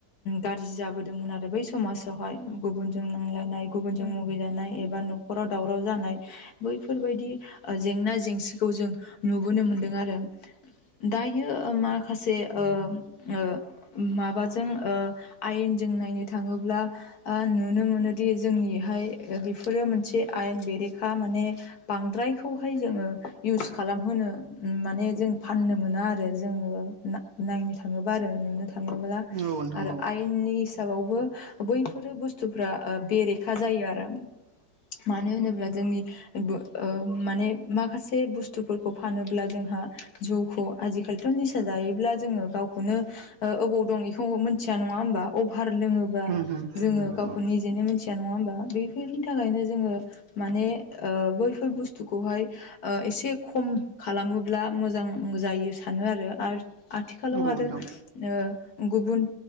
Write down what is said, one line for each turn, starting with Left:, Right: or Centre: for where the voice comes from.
Left: गाज्रि जाबोदोंमोन आरो बै समाज गोसोआवहाय गुबुनजों नांलायनाय गुबुनजों मुगैजानाय एबा न'खराव दावराव जानाय बैफोर बायदि ओ जेंना जेंसि खौ जों नुबोनो मोनदों आरो दायो ओ माखासे ओ ओ माबाजों ओ आयेन जों नायनो थाङोब्ला ओ नुनो मोनोदि जोंनिहाय बेफोरो मोनसे आयेन बेरेखा माने बांद्रायखौहाय जोङो इउस खालामहोनो माने जों फाननो मोना आरो जोङो नायनो थाङोबा आरो नुनो थाङोब्ला
Right: औ नोंथां
Left: आरो
Right: औ
Left: आयेननि हिसाबाव बो बैफोरो बुस्थुफ्रा ओ बेरेखा जायो आरो मानो होनोब्ला जोंनि बो ओ माने माखासे बुस्थुफोरखौ फानोब्ला जोंहा जौखौ आजि खालि निसा जायोब्ला जोङो गावखौनो ओ अबाव दं बेखौ मोनथिया नङा होमबा अभार लोङो बा
Right: उम
Left: जोङो
Right: उम
Left: गावखौ निजेनो मिथिया नङा होमबा बेफोरनि थाखायनो जोङो माने माने ओ बैफोर बुसथुखौहाय ओ एसे खम खालामोब्ला मोजां जायो सानो आरो आरो आथिखालाव
Right: औ
Left: आरो
Right: नंगौ नोंथां
Left: ओ गुबुन